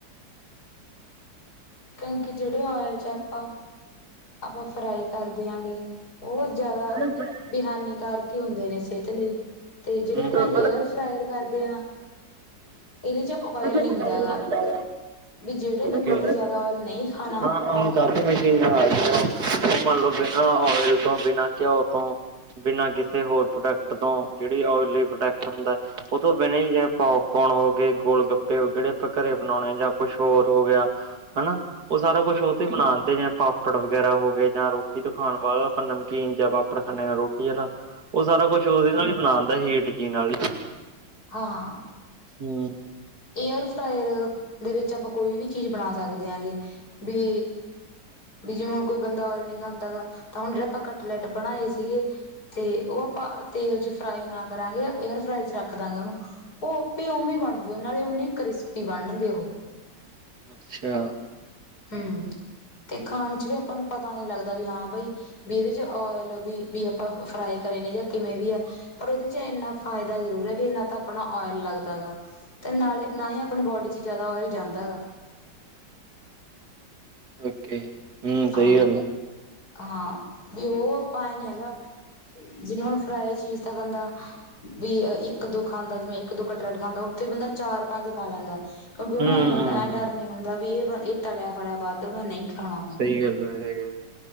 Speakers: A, on the left; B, on the right.
A: ਕਿਉਂਕਿ ਜੇੜੇ ਓਇਲ ਚ ਆਪਾਂ ਆਪਾਂ ਫਰਾਈ ਕਰਦੇਆਂਗੇ, ਓ ਜਾਦਾ
B: ਹੂੰ
A: ਬੇਈ ਹਾਨੀਕਾਰਕ ਹੀ ਹੁੰਦੇ ਨੇ ਸੇਤ ਲਈ। ਤੇ ਜੇੜੇ ਆਪਾਂ
B: ਹੂੰ
A: ਏਅਰ ਫਰਾਾਇਰ ਕਰਦੇ ਆਂ ਏਦੇ ਚ ਓਇਲ ਨਈਂ
B: ਹੂੰ
A: ਹੁੰਦਾ ਹੈਗਾ ਵੀ ਜੇੜੇ
B: ਓਕੇ
A: ਬੰਦੇ ਨੇ ਜਾਦਾ ਓਇਲ ਨਈਂ ਖਾਣਾ
B: ਹਾਂ ਹੁਣ ਕਾਫੀ ਮਸ਼ੀਨਾਂ ਆ ਗਈਆਂ, ਹੋਨ ਮੰਨ ਲਓ ਬਿਨਾਂ ਓਇਲ ਤੋਂ, ਬਿਨਾਂ ਘਿਓ ਤੋਂ ਬਿਨਾਂ ਕਿਸੇ ਹੋਰ ਪ੍ਰੋਡਕਟ ਤੋਂ ਜੇੜੀ ਓਇਲੀ ਪ੍ਰੋਡਕਟ ਹੁੰਦਾ, ਓ ਤੋਂ ਬਿਨਾ ਹੀ ਕੌਰਨ ਹੋ ਗਏ, ਗੋਲ ਗੱਪੇ ਹੋ ਗਏ, ਜੇੜੇ ਆਪਾਂ ਘਰੇ ਬਣਾਉਣੇ ਆ ਜਾਂ ਕੁਛ ਚੋਰ ਹੋ ਗਿਆ ਹਨਾ, ਓ ਸਾਰਾ ਕੁਛ ਓਤੇ ਈ ਬਨਾਨ ਤੇਂ ਜਾਂ ਪਾਪ ਪਾਪੜ ਵਗੈਰਾ ਹੋ ਗਏ ਜਾਂ ਰੋਟੀ ਤੋਂ ਖਾਣ ਵਾਲਾ ਆਪਾਂ ਨਮਕੀਨ ਜਾਂ ਪਾਪੜ ਖਾਨੇ ਆਂ, ਰੋਟੀ ਵਾਲਾ। ਉਹ ਸਾਰਾ ਕੁਛ ਉਹਦੇ ਨਾਲ ਹੀ ਬਣਾਦਾ ਹੇਠ ਜੀ ਨਾਲ ਈ
A: ਹਾਂ
B: ਹਮ
A: ਏਅਰ ਫ੍ਰਾਇਰ ਦੇ ਵਿੱਚ ਆਪਾਂ ਕੋਈ ਵੀ ਚੀਜ਼ ਬਣਾ ਸਕਦੇ ਆ ਗੇ ਵੀ ਵੀ ਜਿਵੇਂ ਹੁਣ ਕੋਈ ਬੰਦਾ ਓਇਲ ਨਹੀਂ ਖਾਂਦਾ ਗਾ ਤਾਂ ਹੁਣ ਜਿਹੜੇ ਆਪਾਂ ਕੱਟ ਲੈਟ ਬਣਾਏ ਸੀਗੇ ਤੇ ਉਹ ਆਪਾਂ ਤੇਲ ਚ ਫਰਾਈ ਨਾ ਕਰਾਂਗੇ, ਏਅਰ ਫਰਾਈ ਰੱਖਦਾਂਗੇ ਉਹਨੂੰ, ਉਹ ਆਪੇ ਉਵੇਂ ਬਣ ਜੂ ਨਾਲੇ ਓਨੀ ਕ੍ਰਿਸਪੀ ਬਣਨਗੇ ਉਹ
B: ਅੱਛਾ
A: ਹਮ, ਤੇ ਖਾਣ ਚ ਵੀ ਆਪਾਂ ਨੂੰ ਪਤਾ ਨੀ ਲੱਗਦਾ ਵੀ ਹਾਂ ਬਾਈ ਵੀ ਇਹਦੇ ਚ ਓਇਲ ਵੀ ਵੀ ਆਪਾਂ ਫਰਾਈ ਕਰੇ ਨੇ ਜਾਂ ਕਿਵੇਂ ਵੀ ਐ। ਪਰ ਉਹਦੇ ਚ ਇੰਨਾ ਫ਼ਾਇਦਾ ਜ਼ਰੂਰ ਐ। ਵੀ ਨਾ ਤਾਂ ਆਪਣਾ ਓਇਲ ਲੱਗਦਾ ਐਗਾ ਤੇ ਨਾਲੇ ਨਾ ਈ ਆਪਣੀ ਬੋਡੀ ਚ ਜ਼ਿਆਦਾ ਓਇਲ ਜਾਂਦਾ ਹੈਗਾ।
B: ਓਕੇ ਹਮ
A: ਹਾਂ
B: ਸਹੀ ਗੱਲ ਐ।
A: ਹਾਂ ਵੀ ਉਹ ਆਪਾਂ ਐ ਨੀ ਹੈਗਾ, ਜਿਵੇਂ ਹੁਣ ਫਰਾਈ ਚੀਜ਼ ਦਾ ਬੰਦਾ ਵੀ ਇੱਕ ਦੋ ਖਾਂਦਾ ਜਿਵੇਂ ਇੱਕ ਦੋ ਕਟਰੇਟ ਖਾਂਦਾ, ਉੱਥੇ ਬੰਦਾ ਚਾਰ- ਪੰਜ ਖਾ ਲੈਂਦਾ। ਕਿਉਂਕਿ ਉਹਨੂੰ
B: ਹੂੰ, ਹੂੰ
A: ਇੰਨਾ ਡ
B: ਹੂੰ
A: ਡਰ ਨੀ ਹੁੰਦਾ ਵੀ ਇਹ ਇਹ ਤਲਿਆ ਫਲਿਆ ਵੱਧ ਮੈਂ ਨਹੀਂ ਖਾਣਾ। ਗਾ
B: ਸਹੀ ਗੱਲ ਏਹ ਹੈਗਾ